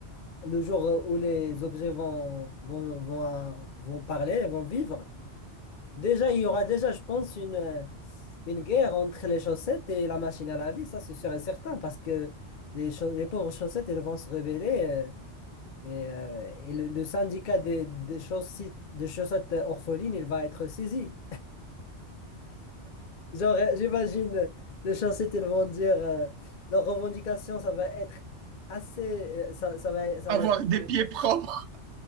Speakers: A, on the left; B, on the right.
A: le jour euh, où les objets vont, vont, vont, vont parler, vont vivre, déjà, il y aura déjà, je pense, une, euh, une guerre entre les chaussettes et la machine à laver. Ça, c'est sûr et certain, parce que les, chau- les pauvres chaussettes, elles vont se rebeller. euh, Et, euh, et le, le syndicat des, des chaussettes, des chaussettes orphelines, il va être saisi. Genre, euh, j'imagine, euh, les chaussettes, ils vont dire, euh, leur revendication, ça va être assez, euh, ça, ça va, ça
B: avoir
A: va être,
B: des pieds propres